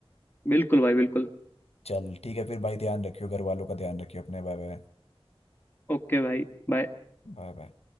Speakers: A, on the left; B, on the left.
A: बिल्कुल भाई बिल्कुल
B: चल ठीक है फिर भाई ध्यान रखियो घर वालों का ध्यान रखियो अपने Bye bye
A: ओके भाई बाय
B: Bye bye